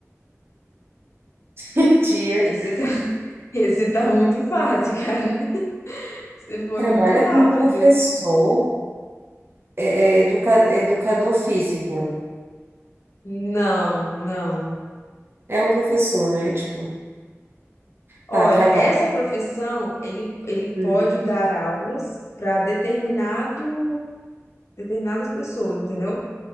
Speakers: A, on the right; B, on the left.
A: <laughs> diretor.
B: Esse <laughs> Esse tá muito fácil, cara. <laughs> Você foi
A: Trabalha
B: muito rápida.
A: com professor, é, é educa, educador físico.
B: Não, não.
A: É o professor, né? Tipo,
B: Olha,
A: tá, trabalha.
B: essa profissão, ele, ele
A: Hum.
B: pode dar aulas para determinado, determinadas pessoas, entendeu?